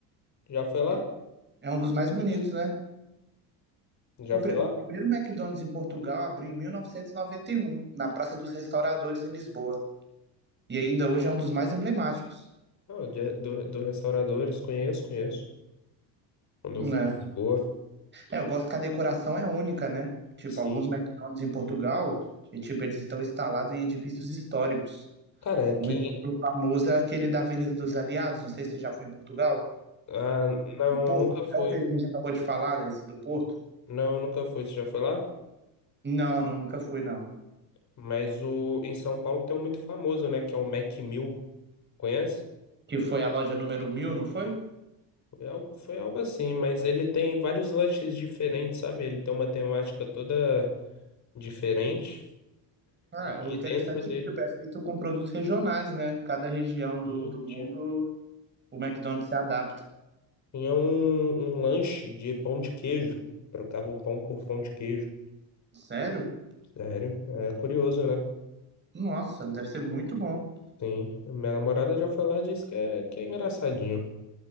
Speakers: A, on the left; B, on the right.
A: Já foi lá?
B: É um é um dos mais bonitos, né?
A: Já
B: O,
A: foi
B: pri- o
A: lá?
B: primeiro McDonald's em Portugal abriu em 1991, na Praça dos Restauradores, em Lisboa. E ainda hoje é um dos mais emblemáticos,
A: Não, de- do, do restauradores, conheço, conheço. Quando
B: né?
A: eu fui em Lisboa,
B: É, eu gosto que a decoração é única, né? Tipo,
A: sim.
B: alguns McDonald's em Portugal, e, tipo, eles estão instalados em edifícios históricos.
A: Cara, aqui.
B: Um exemplo famoso é aquele da Avenida dos Aliados, não sei se você já foi em Portugal.
A: Ah, não,
B: No Porto,
A: eu nunca fui.
B: é o que a gente acabou de falar, esse do Porto?
A: Não, eu nunca fui. Você já foi lá?
B: Não, não, nunca fui, não.
A: Mas o, em São Paulo tem um muito famoso, né? Que é o Mac Mill. Conhece?
B: Que foi a loja número mil, não foi?
A: Foi algo, foi algo assim, mas ele tem vários lanches diferentes, sabe? Ele tem uma temática toda diferente.
B: Ah,
A: E
B: o interessante
A: dentro dele
B: é que tipo, é feito com produtos regionais, né? Cada região do,
A: sim,
B: do mundo,
A: tinha,
B: o McDonald's se adapta.
A: tinha um, um lanche de pão de queijo. Trocava o pão por pão de queijo.
B: Sério?
A: Sério, é curioso, né?
B: Nossa, deve ser muito bom.
A: Sim, minha namorada já foi lá e disse que é, que é engraçadinho.